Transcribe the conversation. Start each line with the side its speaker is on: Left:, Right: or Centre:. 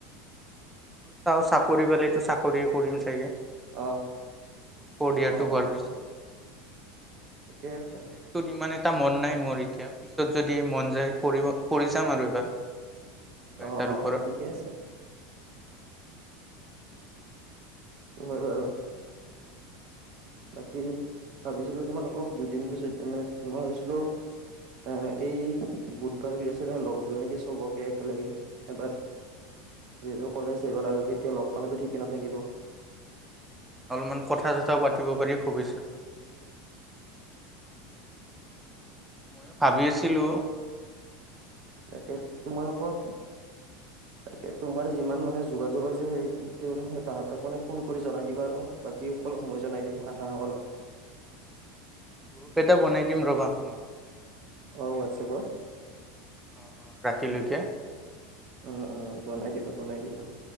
Centre: চাও চাকৰি পালেটো চাকৰি কৰিম চাগে। ফ'ৰয়াৰটো
Right: অ অ
Centre: হোৱাৰ
Right: অ
Centre: পিছত।
Right: ঠিকে আছে
Centre: বিজনেছটোত ইমান এটা মন- নাই মোৰ এতিয়া। পিছত যদি মন যায় কৰিব কৰি চাম আৰু এবাৰ। কিবা
Right: অঁ-অঁ
Centre: এটাৰ ওপৰত
Right: ঠিকেই আছে। হয় বাৰু। বাকী ভাবিছিলো তোমালোকক দুদিন পিছত মানে মই ভাবিছিলো এ এই বুধবাৰ বৃহস্পতিবাৰে মানে লগ ধৰে নেকি চবকে একেলগে এবাৰ। যিহেতু কলেজ শেষ হ'ল আৰু কেতিয়া লগ পাম একো ঠিকে নাথাকিব।
Centre: অলপমান কথা চথাও পাতিব পাৰি ভৱিষ্যতৰ কি ময়ো ভাবি আছো। চিলো
Right: তাকে তোমালোকৰ তা তোমাৰ যিমান মানে যোগাযোগ আছে সেই তাহতক মানে ফোন কৰি জনাই দিবা আৰু বাকী অলপ মই জনাই দিম আধাসকলক৷
Centre: গ্ৰুপ এটা বনাই দিম ৰবা মই৷
Right: অ' হোৱাটছএপৰ।
Centre: অ-অ ৰাতিলৈকে
Right: উম-উম বনাই দিবা বনাই দিবা